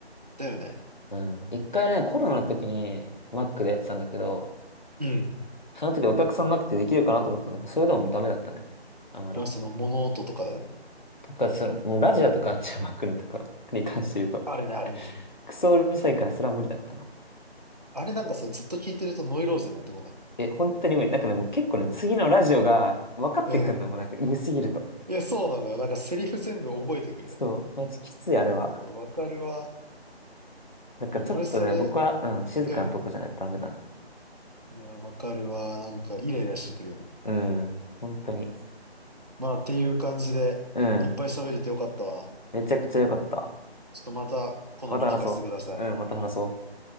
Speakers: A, on the right (about 40°); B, on the left (about 45°).
A: だよね。
B: うん。一回ね、コロナの時に、マックでやってたんだけど、
A: うん。
B: その時お客さんなくてできるかなと思ったんだけど、それでもダメだったね。あまり。
A: あの、その物音とかで。
B: とか、その、もうラジオとかジャマックンとか <laughs> に関して言うと、
A: あれね、あれね。
B: クソうるさいからそれは無理だったな。
A: あれなんかさ、ずっと聞いてるとノイローゼになってこない。
B: え、本当に無理。なんかね、もう結構ね、次のラジオが分かってくんのもなんか言いすぎると。
A: うん。いや、そうなのよ。なんかセリフ全部覚えてくるよね。
B: そう、マジきついあれは。
A: うわわかるわ。
B: だからちょっとね、
A: 俺それ、
B: 僕は、うん、静かなとこじゃないとダメだな。
A: うん。いや、わかるわ。なんかイライラしてくるよね。
B: うん、本当に。
A: まあ、っていう感じで、
B: うん、
A: いっぱい喋れてよかったわ。
B: めちゃくちゃ良かった。
A: ちょっとまた、好み聞かせてください。
B: また話そう。うん、また話そう。